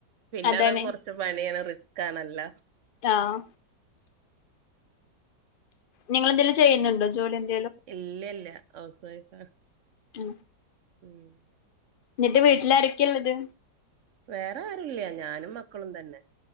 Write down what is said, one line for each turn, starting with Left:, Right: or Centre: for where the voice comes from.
Right: പിന്നെ
Left: അതാണ്
Right: അത് കുറച്ച് പണിയാണ് റിസ് കാണല്ല
Left: റ്റാഹ് നിങ്ങളെന്തെങ്കിലും ചെയ്യുന്നുണ്ടോ ജോലി എ
Right: ഇല്ല ല്ല ഹൗസ് വൈഫ
Left: ഉം
Right: ഉം
Left: ന്നിട്ട് വീട്ടില് ആരൊക്കെ ള്ളത്
Right: വേറെ ആരുല്ല ഞാനും മക്കളും തന്നെ